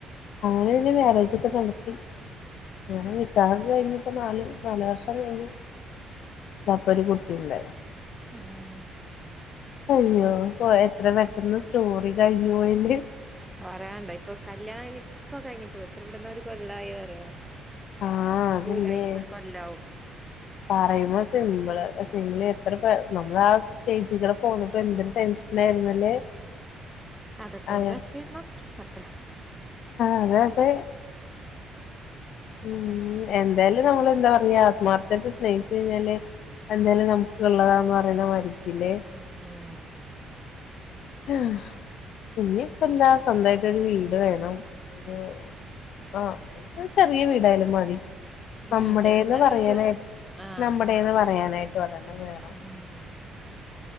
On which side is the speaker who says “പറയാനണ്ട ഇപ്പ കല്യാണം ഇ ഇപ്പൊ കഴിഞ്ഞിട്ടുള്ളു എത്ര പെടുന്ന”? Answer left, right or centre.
Centre